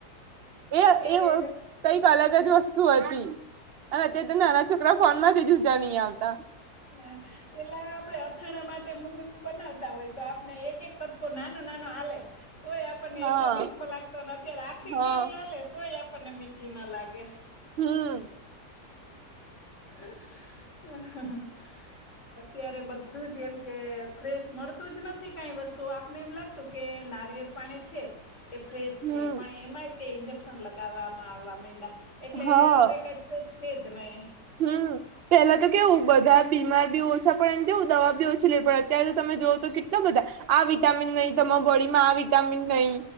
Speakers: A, on the right; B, on the left.
A: એ
B: અત્યારે
A: એ કઈક અલગ જ વસ્તુ હતી અને અત્યારે ત નાના છ છોકરા ફોન માંથી જુદા ની આવતા
B: હા પેલા આપડે અથાણા માટે મમ્મી બનાવતા હોય તો આપને એક એક કટકો નાનો નાનો આલે તોય આ પણને
A: હા
B: એટલો મીઠો લાગતો અત્યારે આખી
A: હા
B: કેરી આલે તોય આપણને મીઠી ના લાગે
A: હમ.
B: <inaudible> અત્યારે બધું જ એમ કે ફ્રેશ મળતું જ નથી કાઈ વસ્તુ આપને એમ લા તુ કે નારિયેર પાણી છે, એ ફ્રેશ
A: હમ
B: છે, પણ એમાં ઇન્જેક્શન લગાવવામાં આવા મયડા એટલે
A: હા
B: હવે કઈ છે, જ નહી
A: હમ. પેલા તો કેવું બધા બીમાર બી ઓછા પડે ને કેવું દવા બી ઓછી લેવી પડે અત્યારે તો તમે જોવઓ તો કેટલા બધા આ વિટામીન નહી તમારા બોડીમાં આ વિટામીન નહી